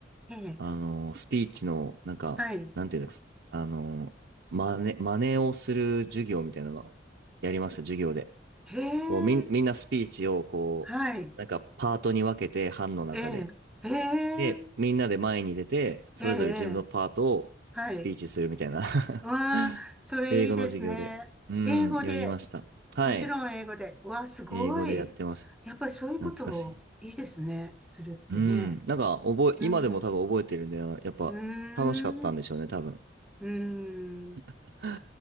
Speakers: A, in the centre; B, on the right (about 65°).
A: ええ、
B: あの、スピーチの、なんか、
A: はい。
B: なんていうんですか、あの、真似、真似をする授業みたいなの、やりました、授業で。
A: へえ、
B: こうみん、みんなスピーチをこう、
A: はい。
B: なんかパートに分けて、班の中で。
A: ええ、へえ、
B: で、みんなで前に出て、それぞれ自分のパートをスピーチするみたいな
A: ええ、はい。
B: <laughs>
A: わあ、それいいですね。
B: 英語の授業で。うん、
A: 英語で、
B: やりました。はい。
A: もちろん英語で。わあ、すごい。
B: 英語でやってました。
A: やっぱりそういうことをいいですね。
B: 懐かしい。
A: するってね。
B: うん。なんか、覚え、
A: うん。
B: 今でも多分覚えてるんで、あのやっぱ楽しかったんでしょうね、
A: うーん。
B: 多分。
A: うーん。
B: <laughs>